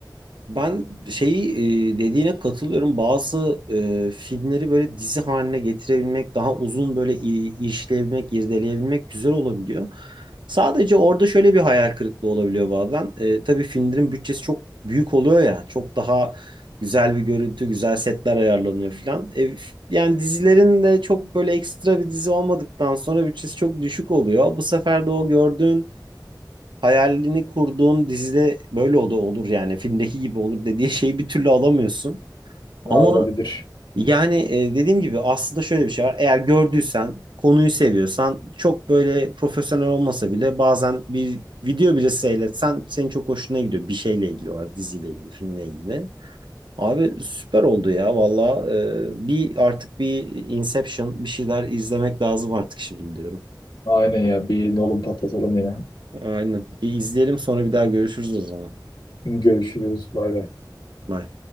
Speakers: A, on the right; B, on the left.
A: Ben şeyi e, dediğine katılıyorum. Bazı e, filmleri böyle dizi haline getirebilmek, daha uzun böyle i- işleyebilmek, irdeleyebilmek güzel olabiliyor. Sadece orada şöyle bir hayal kırıklığı olabiliyor bazen. E, tabii filmlerin bütçesi çok büyük oluyor ya. Çok daha güzel bir görüntü, güzel setler ayarlanıyor falan. E, f- yani dizilerin de çok böyle ekstra bir dizi olmadıktan sonra bütçesi çok düşük oluyor. Bu sefer de o gördüğün hayalini kurduğun dizide böyle o da olur yani filmdeki gibi olur dediği şeyi bir türlü alamıyorsun.
B: Ha,
A: Ama
B: olabilir.
A: yani e, dediğim gibi aslında şöyle bir şey var. Eğer gördüysen, konuyu seviyorsan çok böyle profesyonel olmasa bile bazen bir video bile seyretsen senin çok hoşuna gidiyor bir şeyle ilgili olarak diziyle ilgili, filmle ilgili. Abi süper oldu ya valla. E, bir artık bir Inception bir şeyler izlemek lazım artık şimdi diyorum.
B: Aynen ya bir nolum patlatalım yine.
A: Aynen. Bir izleyelim sonra bir daha görüşürüz o zaman.
B: Görüşürüz. Bay bay.
A: Bye.